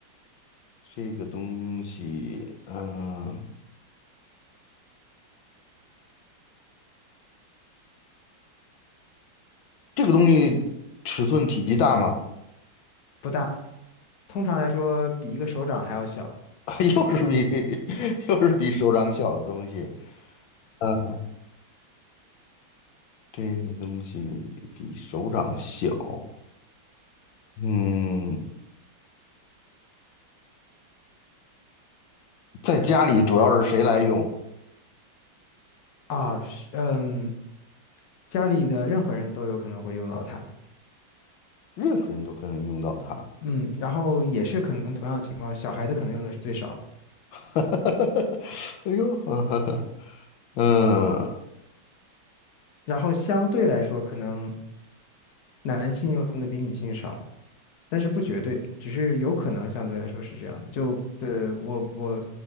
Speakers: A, on the left (about 75°); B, on the left (about 55°).
A: 这个东西，嗯、这个东西尺寸体积大吗？
B: 不大。通常来说，比一个手掌还要小
A: <laughs> 又是比 <laughs> 又是比手掌小的东西，啊？这个东西比手掌小，嗯。在家里主要是谁来用，
B: 啊。是嗯，家里的任何人都有可能会用到它。
A: 任何人都可以用到它。
B: 嗯，然后也是可能同样的情况，小孩子可能用的是最少的，
A: <laughs> 哎呦，<laughs> 嗯
B: 然后相对来说，可能男性用的比女性少。但是不绝对，只是有可能相对来说是这样的。就呃，我我